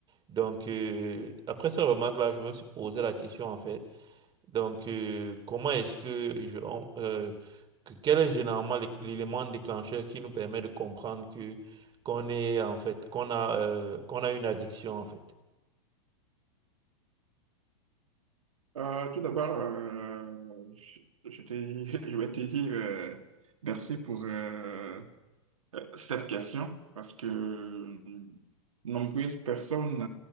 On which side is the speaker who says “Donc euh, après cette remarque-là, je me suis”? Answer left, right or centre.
Right